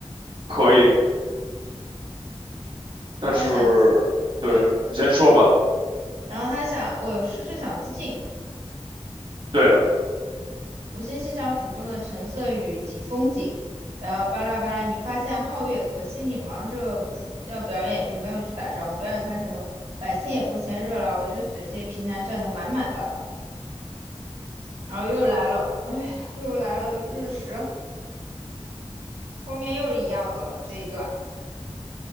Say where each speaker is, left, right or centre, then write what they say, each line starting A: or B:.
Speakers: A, on the right; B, on the right.
A: 可以，
B: 然后想，
A: 但是对你先说吧。
B: 对，然后他想，我有事是想自尽，
A: 对的，
B: 无心欣赏府中的橙色与景风景，然后巴拉巴拉，你发现皓月，可惜你忙着要表演，就没有去打招呼。表演开始后，百姓也不嫌热闹，围着水榭平南站得满满当当。然后又来了，哎，又来了日食，后面又是一样的了，这一段。